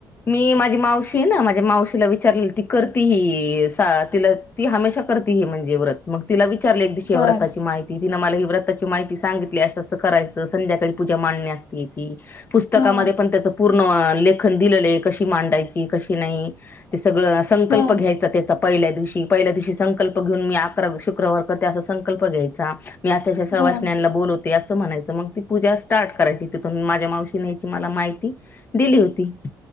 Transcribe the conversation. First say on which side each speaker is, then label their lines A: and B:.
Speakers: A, on the left (about 30°); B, on the left (about 60°).
A: मी माझी मावशी ना माझ माझ मावशीला विचारले ती करती ही तिला ती हमेशा कर ह म्हणजे व्रत मग तिलाविचार विचारले एक दि शिव्रताची
B: बर
A: माहिती तिनं मला हिव्रताची माहि सांगितली असं असं करायचं संध्याकाळी पूजा मांडणी असते ती पुस्तकांमध्ये
B: हा
A: पण त्याचं पूर्ण लेखन दिलेलं आहे कशी मांडायची कशी नाही सगळं संकल्प
B: हा
A: घ्यायचा त्याचा पहिल्या दिवशी पहिल्या दिवशी संकल्प घेऊन मी अकरा शुक्रवार करते असा संकल्प घ्यायचा मी अशाशा सवासण्यांना
B: बर
A: बोलवते असं म्हणायचं मग ती पूजा स्टार्ट करायची तिथून माझ्या मावशीने याची मला माहिती दिली होती